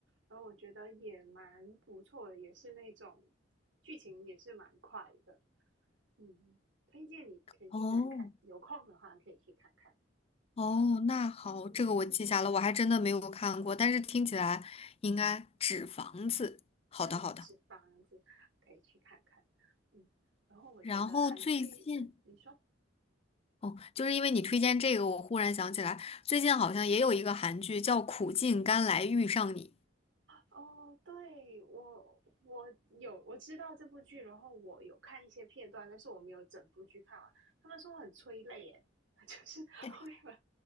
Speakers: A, on the right (about 80°); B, on the left (about 30°).
A: 然后我觉得也蛮不错的，也是那种剧情也是蛮快的，嗯，推荐你可以去看看，
B: 哦
A: 有空的话可以去看看，
B: 哦，那好，
A: 嗯。
B: 这个我记下了，我还真的没有看过，但是听起来应该纸房子。好的，
A: 嗯，
B: 好的。
A: 纸房子可以去看看，嗯，然后我觉得韩剧，
B: 然后最近，
A: 嗯，你说，
B: 哦，就是因为你推荐这个，我忽然想起来，最近好像也有一个韩剧叫《苦尽甘来遇上你》。
A: 哦，对，我我有我知道这部剧，然后我有看一些片段，但是我没有整部剧看完。他们说很催泪，耶，<laughs> 就是会很
B: 哎